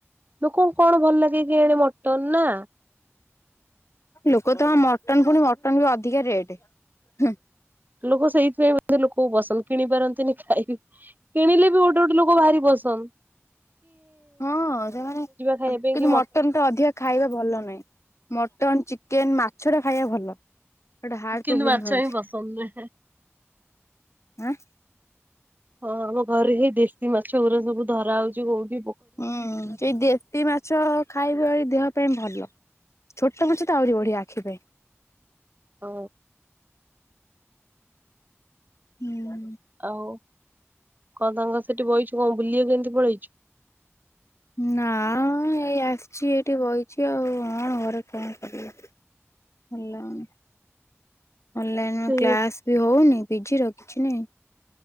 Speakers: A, on the right; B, on the left.
A: ଲୋକଙ୍କୁ କଣ ଭଲ ଲାଗେ କେଇଆଣି ମଟନ ନା।
B: ଲୋକ ତ ମଟନ ପୁଣି ମଟନ ବି ଅଧିକା ରେଟ ହେଁ।
A: ଲୋକ ସେଇଥିପାଇଁ ବୋଧେ ଲୋକ ବସନ୍ଦ। କିଣି ପାରନ୍ତିନି। ଖାଇ କିଣିଲେ ବି ଗୋଟେ ଗୋଟେ ଲୋକ ଭାରି ବ ହମ
B: ହଁ ସିଏ ମାନେ
A: ଖାଇବା
B: କିନ୍ତୁ
A: ପାଇଁ କି
B: ମଟନ ଟା ଅଧିକା ଖାଇବା ଭଲ ନୁହେଁ। ମଟନ ଚିକେନ ମାଛ ଟା ଖାଇବା ଭଲ। ଏଟା ହାର୍ଟ
A: କିନ୍ତୁ
B: ପ୍ରୋବଲେମ
A: ମାଛ
B: ଧରିଛି।
A: ହିଁ ପସନ୍ଦ ନୁହେଁ।
B: ଆଁ।
A: ହଁ ଆମ ଘରେ ଯାଇ ଦେଶୀ ମାଛ ଗୁରା ସବୁ ଧରା ହଉଛି କଉଠି?
B: ହୁଁ ସେଇ ଦେଶୀ ମାଛ ଖାଇବା ହିଁ ଦେହ ପାଇଁ ଭଲ। ଛୋଟ ମାଛ ତ ଆହୁରି ବଢିଆ ଆଖି ପାଇଁ।
A: ହ।
B: ହୁଁ।
A: ଆଉ କଣ ତାଙ୍କ ସେଠି ବଇଚୁ କଣ ବୁଲିଆକୁ ଏମିତି ପଳେଇଚୁ।
B: ନା ଏଇ ଆସିଚି ଏ ଏଇଠି ବଇଚି ଆଉ କଣ ଘରେ କଣ କରିବି ଭଲ ଲାଗୁନି। ଅନଲାଇନ
A: ଏତେ
B: କ୍ଲାସ ବି ହଉନି ପିଜି ର କିଛି ନାହିଁ।